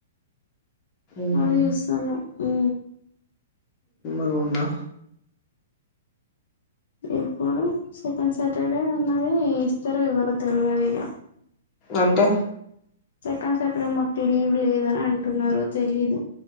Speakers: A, on the left; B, on the left.
A: ఉహు
B: మరి చూస్తున్న హు
A: అవున్నా
B: ఏక్కనా సెకాండ్ సాటర్డే అ సెకను అది ఇస్తార ఇవరు తెలియదు ఇక
A: అంద
B: సక్కండ సాటర్డే మాకు లీవ్ లేదని అంటున్నారో తెలీదు